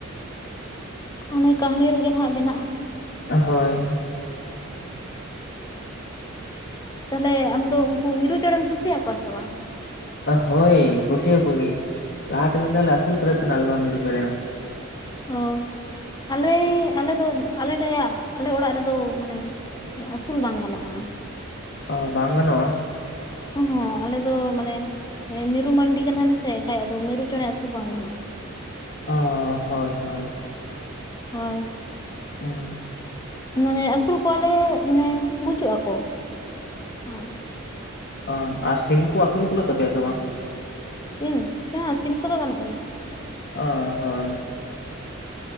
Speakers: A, on the left (about 20°); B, on the left (about 50°).
A: ᱚᱱᱮ ᱠᱟᱹᱦᱱᱤ ᱨᱮᱜᱮ ᱱᱟᱦᱟᱸᱜ ᱵᱮᱱᱟᱜᱼᱟ ᱾
B: ᱦᱳᱭ᱾
A: ᱛᱟᱦᱞᱮ ᱟᱢᱫᱚ ᱩᱝᱠᱩ ᱢᱤᱨᱩ ᱪᱮᱬᱮᱢ ᱠᱩᱥᱤᱭᱟᱠᱚᱣᱟ ᱥᱮ ᱵᱟᱝ?
B: ᱦᱳᱭ ᱠᱩᱥᱤᱭᱟᱠᱚ ᱜᱤᱭᱟᱹᱧ, ᱞᱟᱦᱟᱛᱮ ᱢᱤᱫ ᱫᱷᱟᱣ ᱞᱮ ᱟᱹᱥᱩᱞ ᱠᱟᱫᱮ ᱛᱟᱦᱮᱸᱱᱟ ᱟᱞᱮ ᱦᱚᱸ ᱢᱤᱨᱩ ᱪᱮᱬᱮ ᱾
A: ᱚ, ᱟᱞᱮᱭ ᱟᱞᱮ ᱫᱚ ᱟᱞᱮ ᱨᱮᱭᱟ ᱟᱞᱮ ᱚᱲᱟᱜ ᱨᱮᱫᱚ ᱢᱟᱱᱮ ᱟᱹᱥᱩᱞ ᱵᱟᱝ ᱜᱟᱱᱚᱜᱼᱟ ᱾
B: ᱚ, ᱵᱟᱝ ᱜᱟᱱᱚᱜᱼᱟ?
A: ᱚᱸ ᱦᱚᱸᱜ ᱟᱞᱮ ᱫᱚ ᱢᱟᱱᱮ, ᱢᱤᱨᱩ ᱢᱟᱱᱰᱤ ᱠᱟᱱᱟᱞᱮ ᱥᱮ ᱮᱠᱷᱟᱡ ᱟᱫᱚ ᱢᱤᱨᱩ ᱪᱮᱲᱮ ᱟᱹᱥᱩᱞ ᱵᱟᱝ ᱜᱟᱱᱚᱜᱼᱟ ᱾
B: ᱚ, ᱦᱳᱭ ᱦᱳᱭ᱾
A: ᱦᱳᱭ᱾
B: ᱩᱸ᱾
A: ᱢᱟᱱᱮ ᱟᱹᱥᱩᱞ ᱠᱚᱣᱟᱞᱮ ᱢᱟᱱᱮ ᱵᱩᱡᱩᱜ ᱟᱠᱚ ᱦᱳᱭ ᱾
B: ᱚ ᱟᱨ ᱥᱤᱢ ᱠᱚ ᱟᱹᱥᱩᱞ ᱠᱩᱞᱟᱹᱜ ᱛᱟᱯᱮᱭᱟ ᱥᱮ ᱵᱟᱝ?
A: ᱥᱤᱢ, ᱥᱤᱢ ᱠᱚᱫᱚ ᱜᱟᱱᱚᱜ ᱜᱮᱭᱟ ᱾
B: ᱚ ᱦᱳᱭ᱾